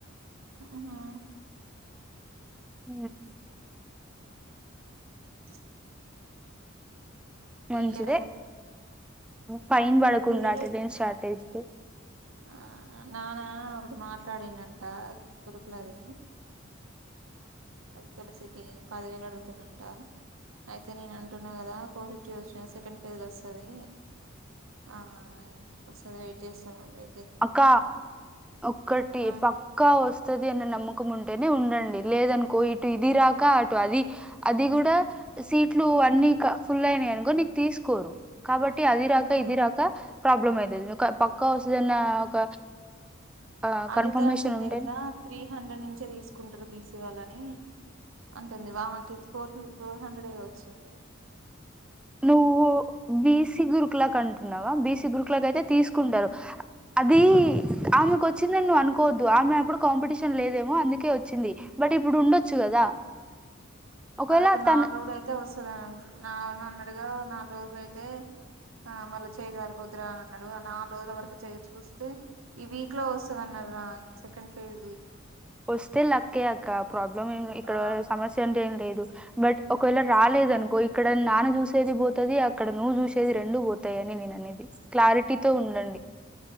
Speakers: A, on the right (about 80°); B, in the centre.
A: అవునా
B: అ
A: <inaudible>
B: మంచిదే
A: ఈ ఇయర్ అయితే
B: ఫైన్ పడకుండా
A: ఇది
B: అటెండెన్స్ షార్టేజ్ కి
A: ఆ నాన్న ఒకటి మాట్లాడినంట గురుకులది. తులసికి పదివేలు అడుగుతున్నంట. అయితే నేను అంటున్నా కదా ఫోర్ ఫిఫ్టీ వచ్చినాయి సెకండ్ ఫేస్ ల వస్తది ఆ వస్తది వెయిట్ చేస్తానం వెయి
B: అక్క ఒక్కటి
A: ఆ
B: పక్కా వస్తది అన్న నమ్మక కం ఉంటేనే ఉండండి లేదనుకో ఇటు ఇది రాక అటు అది అది కూడా సీట్లు అన్నీ ఫుల్ అయినాయనుకో నీకు తీసుకోరు. కాబట్టి అది రాక
A: ఉమ్
B: ఇది రాక ప్రాబ్లం అయితది ఒక పక్కా వస్తదన్నా ఒక ఆ
A: అనిత
B: కన్ఫర్మేషన్
A: అంటుంది
B: ఉంటే
A: కదా త్రీ హండ్రెడ్ నుంచే తీసుకుంటరు బీసీ వాళ్ళని. అంటుంది వామకి ఫోర్ ఫోర్ హండ్రెడ్గా వచ్చింది.
B: నువ్వు బీసీ గురుకులాకి అంటున్నావా బీసీ గురుకులాక అయితే తీసుకుంటరు. అది
A: ఆ
B: ఆమెకు వచ్ చ్చిందని నువ్వు అనుకోవద్దు ఆమె అప్పుడు కాంపిటీషన్ లేదేమో అందుకే వచ్చింది బట్ ఇప్పుడు ఉండొచ్చు కదా. ఒకవేళ
A: అద ఒక నాలుగు
B: తను
A: రోలు అయితే వస్తుందండి నాన్న అన్నడుగా నాలుగు రోజులు అయితే ఆ మళ్ళీ చేయ జారిపోతురా అని అన్నాడు ఆ నాలు రోజుల వరకు చేయి చూస్తే ఈ వీక్ లో వస్తది అన్న ర్రా సెకండ్ ఫేజ్ది
B: వస్తే లక్కేయక్క ప్రాబ్లం ఇక్కడ
A: ఆ
B: సమస్య అంటే ఏం లేదు బట్ ఒకవేళ రాలేదనుకో ఇక్కడ నాన్న చూసేది పోతది అక్కడ నువ్వు చూసేది రెండు పోతాయి అని నేననేది. క్లారిటీతో ఉండండి